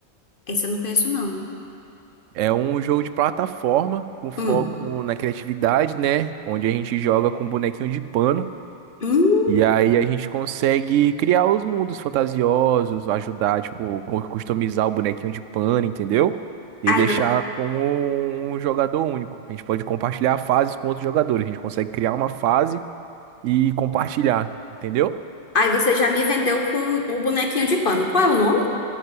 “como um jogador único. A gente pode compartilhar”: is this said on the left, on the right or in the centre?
Right